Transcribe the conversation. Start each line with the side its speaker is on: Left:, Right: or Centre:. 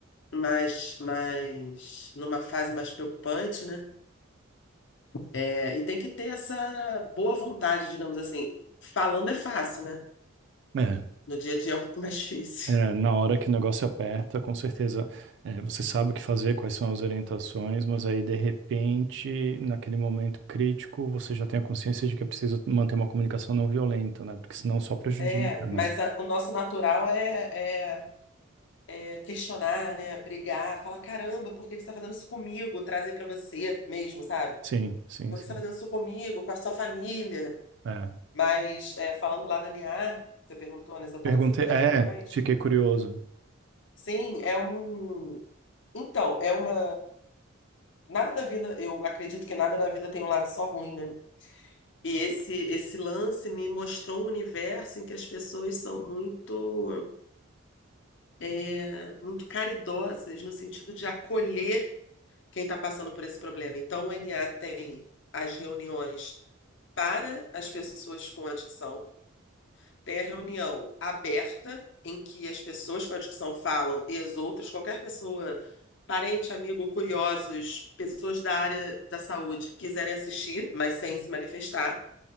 Left: mais, mais, numa fase mais preocupante, né? É, e tem que ter essa boa vontade, digamos assim. Falando é fácil, né?
Right: É.
Left: No dia a dia é um pouco mais <laughs> difícil.
Right: É, na hora que o negócio aperta, com certeza, é, você sabe o que fazer, quais são as orientações, mas aí, de repente, naquele momento crítico, você já tem a consciência de que é preciso manter uma comunicação não violenta, né? Porque senão só prejudica,
Left: É,
Right: né?
Left: mas a- o nosso natural é, é- é questionar, né? Brigar, falar, caramba, por que que você está fazendo isso comigo? Trazer para você mesmo, sabe?
Right: Sim, sim,
Left: Por
Right: sim.
Left: que você está fazendo isso comigo, com a sua família?
Right: É.
Left: Mas é, falando lá da NIA, você perguntou, né, se eu participo
Right: Perguntei,
Left: das
Right: é,
Left: reuniões.
Right: fiquei curioso.
Left: Sim, é um. Então, é uma. Nada da vida, eu acredito que nada na vida tem um lado só ruim, né? E esse, esse lance me mostrou um universo em que as pessoas são muito. é, muito caridosas no sentido de acolher quem está passando por esse problema. Então, o NA tem as reuniões para as pessoas com adicção, tem a reunião aberta, em que as pessoas com adicção falam e as outras, qualquer pessoa, parente, amigo, curiosos, pessoas da área da saúde, quiserem assistir, mas sem se manifestar,